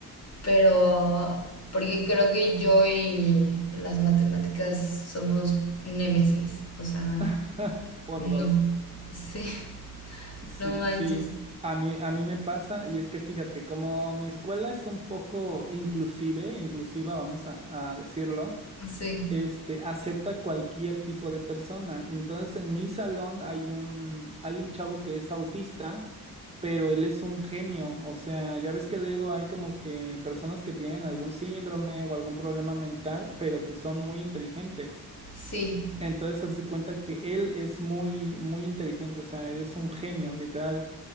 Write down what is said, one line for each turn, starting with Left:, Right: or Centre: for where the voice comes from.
Left: pero porque creo que yo y las matemáticas somos némesis, o sea,
Right: <laughs> por
Left: no,
Right: dos.
Left: sí, <laughs>
Right: Sí,
Left: no manches,
Right: sí, a mí, a mí me pasa y es que fíjate, como mi escuela es un poco inclusive, inclusiva, vamos a, a decirlo,
Left: sí,
Right: este, acepta cualquier tipo de persona. Entonces, en mi salón hay un, hay un chavo que es autista, pero él es un genio. O sea, ya ves que luego hay como que personas que tienen algún síndrome o algún problema mental, pero que son muy inteligentes.
Left: sí,
Right: Entonces, haz de cuenta que él es muy, muy inteligente, o sea, él es un genio, literal.